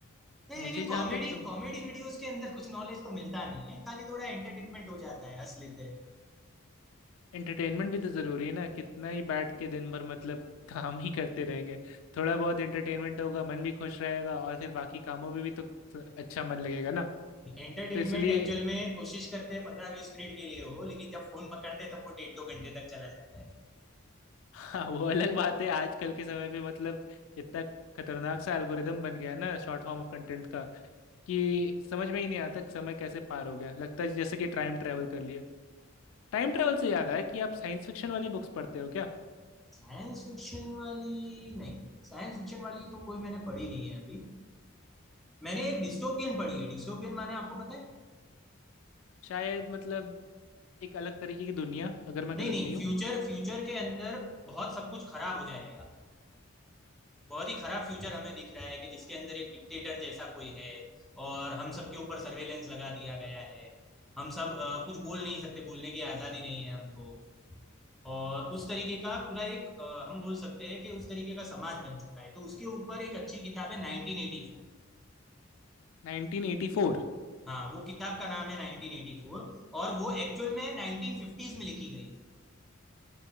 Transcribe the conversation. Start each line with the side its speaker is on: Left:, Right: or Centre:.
Centre: नहीं
Left: मुझे
Centre: लेकिन
Left: जहाँ
Centre: कॉमेडी
Left: तक सम-
Centre: कॉमेडी वीडियोस के अंदर कुछ नॉलेज तो मिलता नहीं है खाली थोड़ा एंटरटेनमेंट हो जाता है हंस लेते हैं
Left: एंटरटेनमेंट भी तो जरूरी है ना कितना ही बैठ के दिन भर मतलब <laughs> काम ही करते रहेंगे थोड़ा बहुत एंटरटेनमेंट होगा मन भी खुश रहेगा और फिर बाकी कामों में भी तो अच्छा मन लगेगा ना
Centre: एंटरटेनमेंट
Left: तो इसलिए
Centre: एक्चुअल में कोशिश करते हैं पंद्रह बीस मिनट के लिए हो लेकिन जब फोन पकड़ते हैं तब वो डेढ़ दो घंटे तक चला जाता है
Left: <laughs> हाँ वो अलग बात है आजकल के समय पे मतलब इतना खतरनाक सा एल्गोरिदम बन गया है ना शॉर्ट फॉर्म ऑफ कंटेंट का कि समझ में ही नहीं आता कि समय कैसे पार हो गया लगता है जैसे कि टाइम ट्रेवल कर लिया टाइम ट्रेवल से याद आया कि आप साइंस फिक्शन वाली बुक्स पढ़ते हो क्या
Centre: साइंस फिक्शन वाली नहीं साइंस फिक्शन वाली तो कोई मैंने पढ़ी नहीं है अभी मैंने एक डिस्टोपियन पढ़ी है डिस्टोपियन माने आपको पता है
Left: शायद मतलब एक अलग तरीके की दुनिया अगर मैं
Centre: नहीं
Left: गलत
Centre: नहीं
Left: नहीं हूँ
Centre: फ्यूचर फ्यूचर के अंदर बहुत सब कुछ खराब हो जाएगा बहुत ही खराब फ्यूचर हमें दिख रहा है कि जिसके अंदर एक डिक्टेटर जैसा कोई है और हम सबके ऊपर सर्वेलेंस लगा दिया गया है हम सब अ, कुछ बोल नहीं सकते बोलने की आजादी नहीं है हमको और उस तरीके का पूरा एक अ, हम बोल सकते हैं कि उस तरीके का समाज बन चुका है तो उसके ऊपर एक अच्छी किताब है 1984
Left: 1984
Centre: हाँ वो किताब का नाम है 1984 और वो एक्चुअल में 1950s में लिखी गई थी